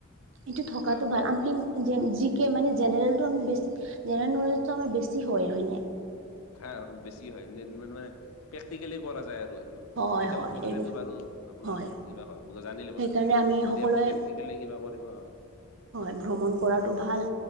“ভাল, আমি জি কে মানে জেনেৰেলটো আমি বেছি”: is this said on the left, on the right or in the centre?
Right